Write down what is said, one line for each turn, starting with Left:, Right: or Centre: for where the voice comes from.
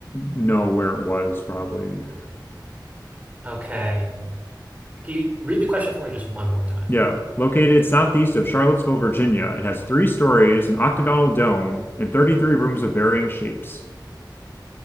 Left: know where it was, probably.
Right: okay. Can you read the question for me just one more time?
Left: Yeah, located southeast of Charlottesville, Virginia, it has three stories, an octagonal dome, and 33 rooms of varying shapes.